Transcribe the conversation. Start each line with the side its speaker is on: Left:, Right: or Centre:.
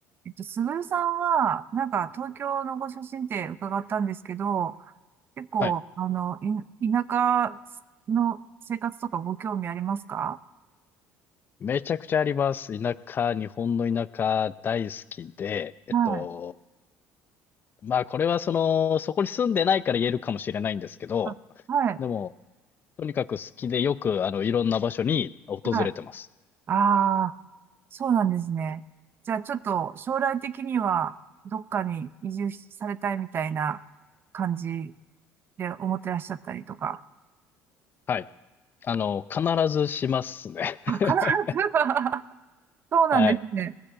Right: えっと、すぐるさんは、なんか、東京のご出身って伺ったんですけど、結構、
Left: はい。
Right: あの、い、田舎の生活とかご興味ありますか
Left: めちゃくちゃあります。田舎、日本の田舎大好きで、えっと、
Right: はい。
Left: まあこれはその、そこに住んでないから言えるかもしれないんですけど、
Right: あ、はい。
Left: でも、とにかく好きでよく、あの、いろんな場所に訪れてます。
Right: はい。ああ、そうなんですね。じゃあ、ちょっと、将来的には、どっかに移住しされたいみたいな感じで思ってらっしゃったりとか。
Left: はい。あの、必ずしますね。<laughs>
Right: あ、必ずはそうなんですね。
Left: はい。